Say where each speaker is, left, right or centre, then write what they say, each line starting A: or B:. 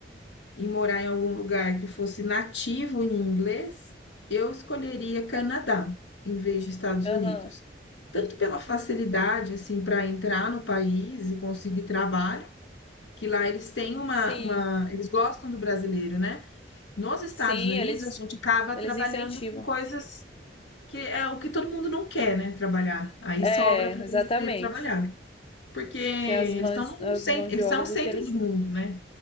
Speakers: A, on the left; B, on the left.
A: em morar em algum lugar que fosse nativo em inglês, eu escolheria Canadá em vez de Estados
B: Aham.
A: Unidos. Tanto pela facilidade, assim, para entrar no país e conseguir trabalho, que lá eles têm uma,
B: Sim.
A: uma. Eles gostam do brasileiro, né? Nos Estados
B: Sim,
A: Unidos,
B: eles
A: a gente acaba
B: eles
A: trabalhando
B: incentivam.
A: com coisas Que é o que todo mundo não quer, né? Trabalhar. Aí
B: É,
A: sobra para brasileiro
B: exatamente.
A: trabalhar. Porque eles
B: Que as mãos
A: estão
B: as
A: sempre,
B: mãos de
A: eles
B: obra
A: são o centro
B: do que eles
A: do mundo, né?